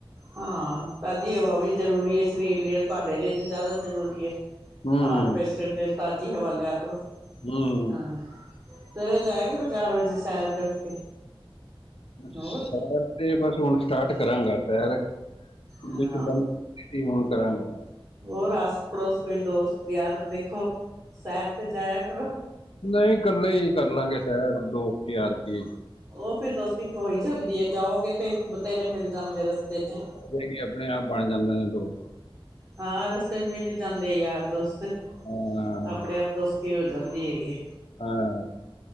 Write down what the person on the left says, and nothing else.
ਹੂੰ
ਹੂੰ
ਹੂੰ
ਸੈਰ ਤੇ ਬਸ ਹੁਣ ਸਟਾਰਟ ਕਰਾਂਗਾ ਸੈਰ
ਵਿੱਚ ਬੰਦ ਜੀ ਹੁਣ ਕਰਾਂਗਾ
ਨਈ ਕੱਲੇ ਹੀ ਕਰਲਾਂਗੇ ਸੈਰ ਦੋਸਤ ਯਾਰ ਕੀ
ਹੋਰ ਕਿ ਆਪਣੇ ਆਪ ਬਣ ਜਾਂਦੇ ਨੇ ਦੋਸਤ
ਹਾਂ
ਹਾਂ